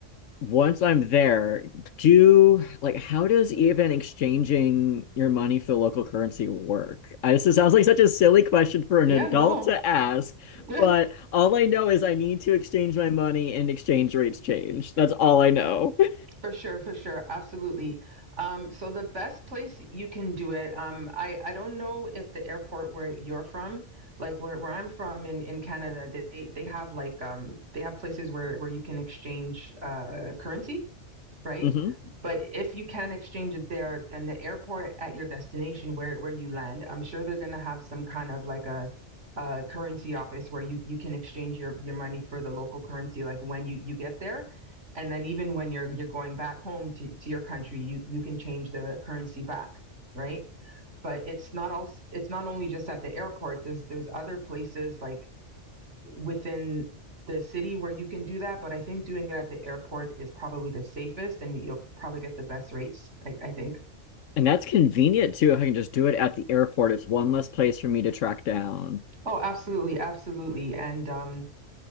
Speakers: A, on the left (about 80°); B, on the right (about 70°).
A: once I'm there, do like, how does even exchanging your money for local currency work? I, this sounds like such a silly question for an
B: Yeah,
A: adult
B: no.
A: to ask,
B: <laughs>
A: but all I know is I need to exchange my money and exchange rates change. That's all I know. <laughs>
B: For sure, for sure. Absolutely. Um, so the best place you can do it, um, I, I don't know if the airport where you're from, like where, where I'm from in, in Canada, they they have like um they have places where, where you can exchange uh currency. right?
A: Mhm.
B: But if you can exchange it there, then the airport at your destination where where you land, I'm sure they're gonna have some kind of like a, a currency office where you you can exchange your your money for the local currency like when you you get there. And then even when you're you're going back home to, to your country, you you can change the currency back, right? But it's not all it's not only just at the airport. There's there's other places like within the city where you can do that, but I think doing it at the airport is probably the safest and you'll probably get the best rates, I, I think.
A: And that's convenient too if I can just do it at the airport. It's one less place for me to track down.
B: Oh, absolutely, absolutely. And um